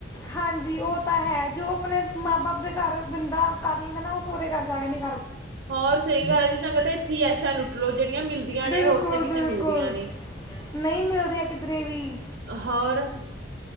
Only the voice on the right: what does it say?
ਹੋਰ ਸਹੀ ਗੱਲ ਹੈ ਜੀ ਚੰਗਾ ਤੇ ਇੱਥੇ ਹੀ ਐਸ਼ਾ ਲੁੱਟਲੋ ਜਿਹੜੀਆਂ ਮਿਲਦੀਆਂ
ਨੇ ਹੋਰ ਤਾਂ ਕਿਤੇ ਮਿਲਦੀਆਂ
ਨੇ।
ਹੋਰ